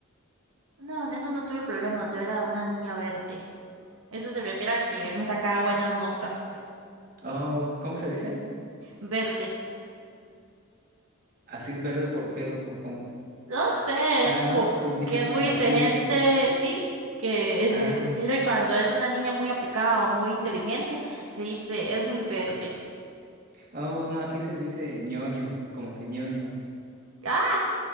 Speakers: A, on the right; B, on the right.
A: No, en eso no tuve problemas. Yo era una niña verde. Eso se refiere a que me sacaba buenas notas.
B: Oh, ¿cómo se dice?
A: Verde.
B: Así es verde, ¿por qué? ¿O o cómo?
A: No sé,
B: Nada
A: es como
B: más significa,
A: que es muy
B: así
A: inteligente,
B: le dicen.
A: sí, que
B: Ah,
A: se refiere cuando es una niña muy aplicada o muy inteligente, se dice es muy verde.
B: oh, no, aquí se dice ñoño, como que ñoño.
A: Ah,